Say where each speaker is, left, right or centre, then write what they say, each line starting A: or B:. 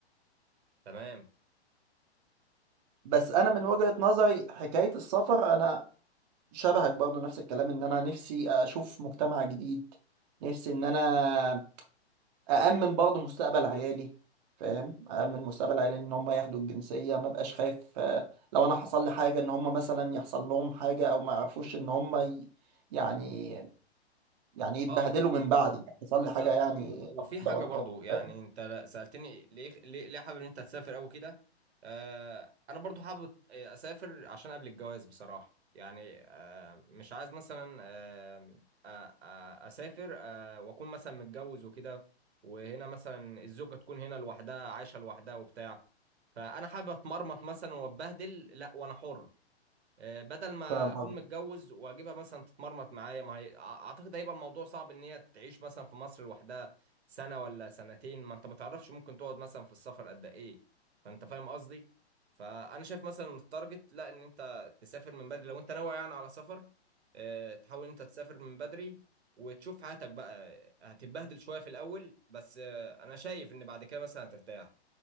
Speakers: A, on the right (about 70°); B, on the right (about 40°).
A: تمام
B: بس انا من وجهة نظري حكاية السفر انا شبهك برضه نفس الكلام ان انا نفسي اشوف مجتمع جديد نفسي ان انا أأمن برضه مستقبل عيالي فاهم أأمن مستقبل عيالي إن هم ياخدوا الجنسية ما بقاش خايف آه، لو أنا حصل لي حاجة إن هم مثلا يحصل لهم حاجة أو ما يعرفوش إن هم ي... يعني يعني يتبهدلوا
A: اه
B: من بعدي حصل
A: بالظبط
B: لي حاجة يعني
A: و-
B: لا
A: وفي
B: قدر
A: حاجة
B: الله
A: برضو يعني
B: فاهم
A: انت سألتني ليه ليه, ليه حابب ان انت تسافر قوي كده آه انا برضو حابب اسافر عشان قبل الجواز بصراحة يعني آه مش عايز مثلا آه آه آه اسافر آه واكون مثلا متجوز وكده وهنا مثلا الزوجة تكون هنا لوحدها عايشة لوحدها وبتاع فانا حابب اتمرمط مثلا واتبهدل لا وانا حر آه، بدل ما
B: فاهم
A: اكون
B: قصدي؟
A: متجوز واجيبها مثلا تتمرمط معايا ما هي أع- اعتقد هيبقى الموضوع صعب ان هي تعيش مثلا في مصر لوحدها سنة ولا سنتين ما انت ما تعرفش ممكن تقعد مثلا في السفر قد ايه فانت فاهم قصدي فانا شايف مثلا التارجت لا ان انت تسافر من بدري لو انت ناوي يعني على سفر آه، تحاول إن انت تسافر من بدري وتشوف حياتك بقى آه، هتتبهدل شوية في الاول بس آه، انا شايف ان بعد كده مثلا هترتاح